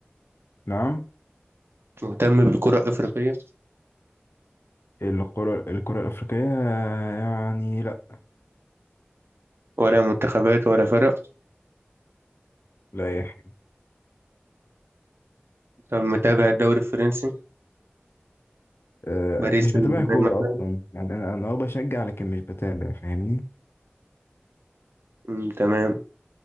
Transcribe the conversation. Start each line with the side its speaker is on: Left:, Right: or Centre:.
Left: نعم
Right: مهتم بالكرة الأفريقية
Left: الكرة الكرة الأفريقية يعني لا
Right: ولا منتخبات ولا فرق
Left: لا يا أخي
Right: طب متابع الدوري الفرنسي
Left: آه
Right: باريس
Left: مش بتابع
Right: سان جيرمان
Left: كورة
Right: مثلاً؟
Left: أصلا يعني أنا أنا أه بشجع لكن مش بتابع فاهمني
Right: أمم، تمام